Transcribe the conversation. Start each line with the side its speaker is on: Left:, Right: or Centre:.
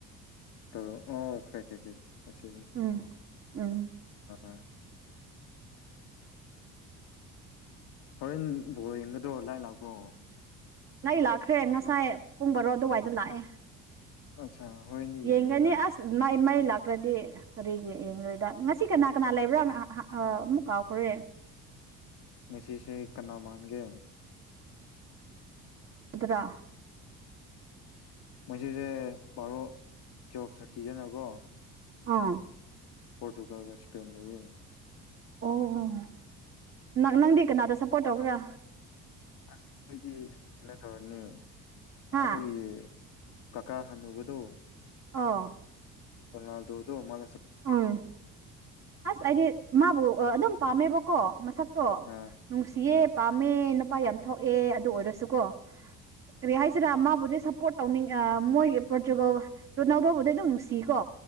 Left: ꯇ ꯑꯣ ꯈꯦ ꯀꯦꯦ ꯁ
Right: ꯎꯝ ꯎꯝ
Left: ꯑ ꯍꯣꯔꯦꯟ ꯕꯣꯔꯣ ꯌꯦꯡꯒꯗ꯭ꯔꯣ ꯂꯥꯏ ꯂꯥꯛꯄ꯭ꯔꯣ
Right: ꯅ ꯂꯥꯛꯈ꯭ꯔꯦ ꯉꯁꯥꯏ ꯄꯨꯡ ꯔꯣ ꯑꯗꯨꯋꯥꯏꯗ ꯂꯥꯛꯑꯦ
Left: ꯑꯠꯆꯥ ꯍꯣꯔꯦꯟꯗꯤ
Right: ꯌꯦꯡꯒꯅꯤ
Left: ꯌꯦꯡꯉꯅꯤꯅ
Right: ꯑꯁ ꯃ ꯃꯩ ꯂꯥꯛꯇ꯭ꯔꯗꯤ ꯀꯔꯤꯒꯤ ꯌꯦꯡꯣꯏꯗ ꯉꯁꯤ ꯀꯅꯥ ꯀꯅꯥ ꯂꯩꯕ꯭ꯔꯥ ꯑꯃꯨꯛ ꯀꯥꯎꯈ꯭ꯔꯦ
Left: ꯉꯁꯤꯁꯦ ꯀꯅꯥ ꯃꯥꯟꯒꯦ
Right: ꯄꯟꯗ꯭ꯔꯥ
Left: ꯃꯁꯤꯁꯦ ꯕꯥꯔꯣ ꯇꯨꯋꯦꯜꯐ ꯊꯥꯔꯇꯤꯗꯅꯀꯣ
Right: ꯑꯥ
Left: ꯄꯣꯣꯔꯇꯨꯒꯜꯒ ꯁꯄꯦꯟ ꯂꯩꯌꯦ
Right: ꯑꯣ ꯑꯣ ꯅꯪ ꯅꯪꯗꯤ ꯀꯅꯥꯗ ꯁꯞꯄꯣꯔꯠ ꯇꯧꯕ꯭ꯔꯥ
Left: ꯑꯩꯈꯣꯏꯗꯤ ꯀꯩꯅꯣ ꯇꯧꯔꯅꯤ
Right: ꯍꯥ
Left: ꯑꯩꯈꯣꯏꯒꯤ ꯀꯀꯥ ꯍꯟꯅꯕꯗꯨ
Right: ꯑꯥ
Left: ꯐꯜꯗ ꯃꯥ
Right: ꯎꯝ ꯑꯁ ꯍꯥꯏꯗꯤ ꯃꯥꯕꯨ ꯑꯗꯨꯝ ꯄꯥꯝꯃꯦꯕꯀꯣ ꯃꯁꯛ ꯀꯣ
Left: ꯑꯥ
Right: ꯅꯨꯡꯁꯤꯌꯦ
Left: ꯑꯥ
Right: ꯄꯥꯝꯃꯦ ꯅꯨꯄꯥ ꯌꯥꯝ ꯊꯣꯛꯑꯦ ꯑꯗꯨ ꯑꯣꯏꯔꯁꯨꯀꯣ ꯔꯤ ꯍꯥꯏꯥꯏꯁꯤꯔ ꯑꯃꯕꯨ ꯁꯞꯄꯣꯔꯠ ꯇꯧꯅꯤꯡ ꯃꯣꯏ ꯄꯣꯔꯇꯨꯒꯜ ꯔꯣꯅꯥꯜꯗꯣꯕꯨꯗ ꯑꯗꯨꯝ ꯅꯨꯡꯁꯤꯀꯣ